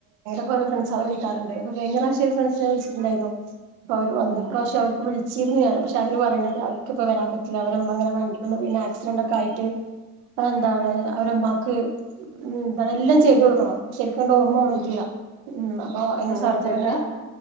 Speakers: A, on the right; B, on the left.
A: ഓര ഫ്രണ്ട്സ് ആളെ വിളിക്കാറുണ്ട്. കഴിഞ്ഞ പ്രാവശ്യം ഫ്രണ്ട്സ്നാ വിളിച്ചിട്ടുണ്ടായിരുന്നു. ഇപ്പം അവര് വന്ന്
B: ഉം
A: ഇ പ്രാവിശ്യം അവർക്ക് വിളി ശീതു ഞാനാ പക്ഷെ അവര് പറയണന്നത് അവർക്ക് ഇപ്പോ വരാൻ പറ്റില്ല അവരുമ്മ ഇങ്ങനാ വണ്ടിമേന്ന് വീണ് ആക്സിഡന്റ് ഒക്കെ ആയിട്ട് അത് എന്താണ് അവര് ഉമ്മാക്ക് എന്താണ് എല്ലാം ചെയ്തു കൊടുക്കണം ശെരി ശരിക്കും ഓർമ്മ വന്നിട്ടില്ല
B: ഉം
A: ഉം അപ്പം അങ്ങനെ
B: അവര്
A: സർജറി
B: ഒറ്റക്കാ
A: ഉണ്ടായി